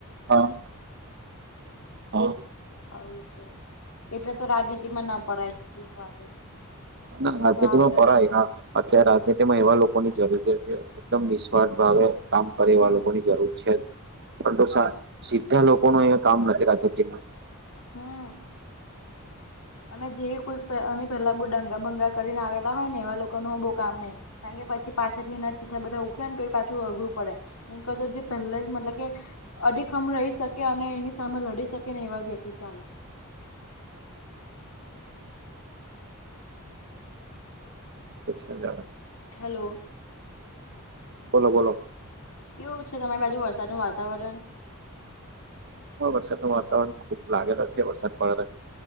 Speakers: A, on the right; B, on the left.
A: હા હા
B: આવું છે. એટલે તો રાજનીતિમાં ના પડાય એક વાતે.
A: ના રાજનીતિમાં
B: તો આપડે
A: પડાય. હા. અત્યારે રાજનીતિમાં એવા લોકોની જરૂરિયાત હે એકદમ નિઃસ્વાર્થ ભાવે કામ કરે
B: હમ
A: એવા લોકોની જરૂર છે જ. પરંતુ સા સીધા લોકો નો એવો કામ નથી રાજનિતીમાં.
B: હમ્મ. અને જે કોઈ પ આની પહેલા બહુ ડંગા બંગા કરીને આવેલા હોયને એવા લોકોનું હવે બહુ કામ નહીં. કારણ કે પછી પાછળથી એના ચીથડા બધા ઉખડે ને તોય પાછું અઘરું પડે. એન કરતા જે પહેલા જ મતલબ કે અડીખમ રહી શકે, અને એની સામે લડી શકે ને એવા વ્યક્તિ ચાલે.
A: <unintelligible>
B: હેલો.
A: બોલો-બોલો.
B: કેવું છે તમારી બાજુ વરસાદ નું વાતાવરણ?
A: અમારે વરસાદનું વાતાવરણ ખુબ લાગેલો છે વરસાદ <unintelligible>